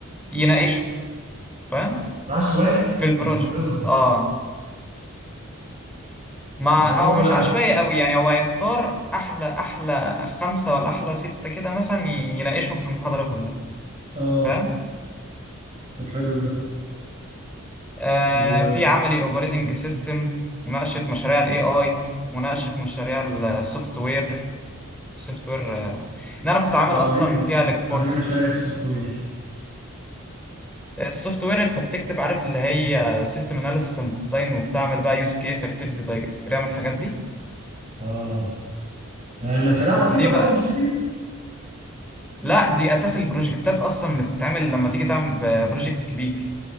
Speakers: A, in the centre; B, on the right.
A: يناقشه فاهم
B: عشوائي
A: في البروجكت
B: طب ما كده بيظلم
A: اه مع
B: ما هو
A: أو مش
B: لا
A: عشوائي قوي يعني هو هيختار أحلى أحلى خمسة ولا أحلى ستة كده مثلا يناقشهم في المحاضرة كلها
B: اه
A: فاهم
B: طب حلو ده
A: آه
B: و
A: في عملي أوبريتنج سيستم مناقشة مشاريع ال AI مناقشة مشاريع السوفت وير سوفت وير ان انا كنت عامل
B: عاملين
A: اصلا فيها للكورس
B: عاملين مشاريع في السوفت وير
A: السوفت وير انت بتكتب عارف اللي هي سيستم اناليسيس اند ديزاين وبتعمل بقى يوز كيس اكتيفيتي دايجرام الحاجات دي
B: اه يعني مشاريع بسيطة
A: دي
B: برضو
A: بقى
B: مش كبيرة
A: لا دي اساس البروجكتات اصلا اللي بتتعمل لما تيجي تعمل ب- بروجكت كبير